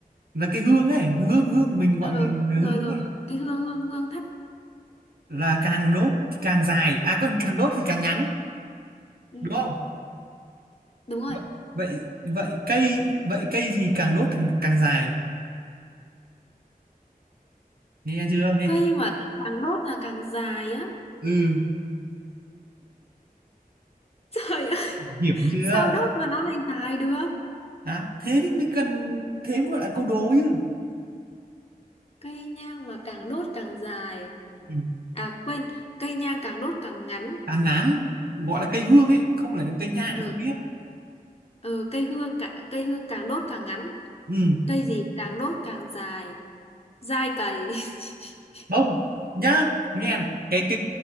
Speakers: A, on the right; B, on the left.
A: là cái hương ấy hương hương của mình
B: ờ
A: gọi mình là
B: rồi
A: hương
B: rồi
A: ấy
B: cái hương hương hương thấp
A: là càng đốt thì càng dài à quên càng đốt thì càng ngắn
B: ừ,
A: đúng không
B: đúng rồi
A: vậy vậy vậy cây vậy cây gì càng đốt thì càng dài nghe chưa nghe
B: cây
A: kỹ
B: mà càng đốt là càng dài á <laughs>
A: ừ
B: trời ơi
A: hiểm chưa
B: sao đốt mà nó lại dài được
A: à, thế thì mình cần thế mới gọi là câu đố chứ
B: Cây nhang mà càng đốt càng dài.
A: Ừ,
B: À quên, cây nhang càng đốt càng ngắn.
A: càng ngắn gọi là cây hương ấy không phải là cây nhang
B: Ừ,
A: lại không biết
B: ừ cây hương cả, cây hương càng đốt càng ngắn.
A: ừ
B: Cây gì càng đốt càng dài. Dai cày. <laughs>
A: không nhá nghe này cái cái